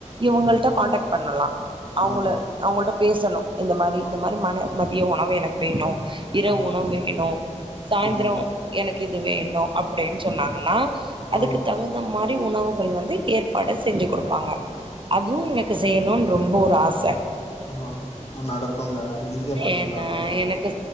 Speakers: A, on the right; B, on the left.
A: இவங்கள்ட்ட
B: ம்
A: கான்டெக்ட் பண்ணலா. அவங்கள
B: ஆங்க
A: அவங்கள்ட். பேசணு. இந்த மாரி
B: ஆ
A: இந்த மாரி மன. மதிய உணவு எனக்கு வேணு. இரவு
B: ஆமாங்க
A: உணவு வேணு. சாய்ந்ரோ
B: ஆமாங்க
A: எனக். இது வேணு அப்படின்னு சொன்னாங்க. ன்னா அதுக்கு
B: ஆ
A: தகுந்த மாரி. உணவுகள் வந்து ஏற்பாடு செஞ்சு கொடுப்பாங்க. அதுவும் எனக்கு செய்யணும். ரொம்ப ஒரு ஆச.
B: ஆஹ நடக்குங்க ஈஸியா பண்ணிலாம்லங்க.
A: ஏன்னா எனக்கு